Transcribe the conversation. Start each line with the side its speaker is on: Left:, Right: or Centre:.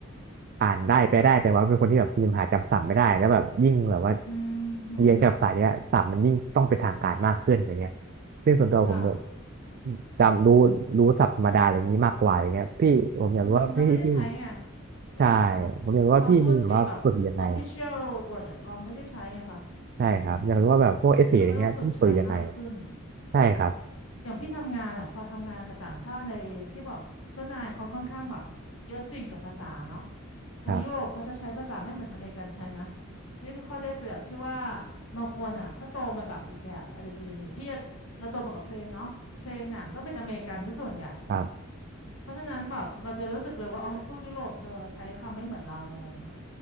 Right: อ่านได้แปลได้แต่ว่าเป็นคนที่แบบพิมพ์หาจำศัพท์ไม่ได้แล้วแบบยิ่งแบบว่า
Left: อืมหืม
Right: เรียนกับสายเนี้ยศัพท์มันยิ่งต้องเป็นทางการมากขึ้นอะไรเงี้ยซึ่งส่วนตัวผมเนี่ย
Left: ค่ะ
Right: จำรู้รู้ศัพท์ธรรมดาอะไรอย่างนี้มากกว่าอะไรเงี้ยพี่ผมอยากรู้ว่าพี่พี่
Left: อืมเราไม่ได้ใช้ไงใช่ไหมคะ
Right: ใช่ผมอยากรู้ว่าพี่มีแบบว่าฝึกยังไง
Left: คำพูดไอ้แบบ official word อะเราไม่ได้ใช้ไงคะ
Right: ใช่ครับอยากรู้ว่าแบบพวกเอสเซอะไรเงี้ยพี่ฝึกยังไง
Left: นี่เราก็ต้องฝึกใช้มากขึ้น
Right: ใช่ครับ
Left: อย่างพี่ทำงานอะพอทำงานกับต่างชาติในที่แบบเจ้านายเขาค่อนข้างแบบเยอะสิ่งกับภาษาเนาะทางยุโรปเขาจะใช้ภาษาไม่เหมือนอเมริกันใช้นะ
Right: ครับ
Left: นี่ก็ข้อได้เปรียบที่ว่าบางคนอ่ะเขาโตมาแบบอีกแบบอาจจะดีกว่านี้พี่อะเราโตมากับเพลงเนาะเพลงหนังก็เป็นอเมริกันซะส่วนใหญ่
Right: ครับ
Left: เพราะฉะนั้นแบบเราจะรู้สึกเลยว่าโอ้ยพวกยุโรปเธอใช้คำไม่เหมือนเราอะไรเงี้ย